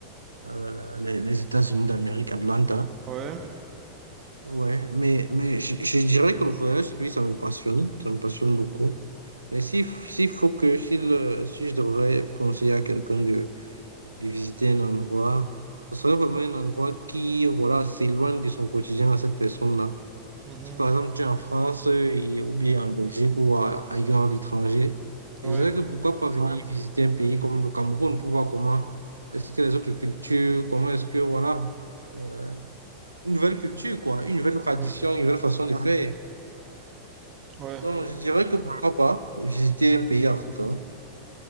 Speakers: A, on the right; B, on the right.
A: euh, les, les États-Unis d'Amérique, Atlanta.
B: Ouais,
A: Ouais, mais, mais je, je dirais que le voyage, lui, ça me passionne. Ça me passionne beaucoup. Mais s'il s'il faut que, s'il, euh, si je devrais conseiller à quelqu'un de visiter un endroit, ce serait vraiment un endroit qui, voilà, s'éloigne de son quotidien à cette personne-là.
B: mhm.
A: Si par exemple tu es en France euh, et, ou bien en Belgique ou a- ailleurs à l'étranger,
B: Ouais,
A: je dirais que pourquoi pas Ouais. venir Ouais. visiter un pays comme le Cameroun pour voir comment est-ce que les autres cultures, comment est-ce que, voilà, euh, une nouvelle culture, quoi, une nouvelle tradition,
B: ouais,
A: une nouvelle façon de ouais, faire.
B: ouais,
A: Donc, je dirais que ouais. pourquoi pas visiter un pays africain.